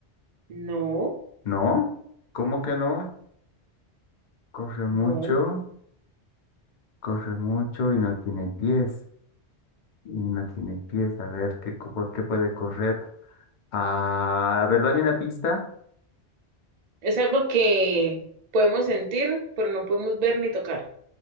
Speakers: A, on the right; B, on the left.
A: No,
B: ¿No? ¿Cómo que no? Corre
A: no.
B: mucho, corre mucho y no tiene pies. Y no tiene pies. A ver, ¿qué, co- por qué puede correr? Ah, a ver, dame una pista.
A: Es algo que podemos sentir, pero no podemos ver ni tocar.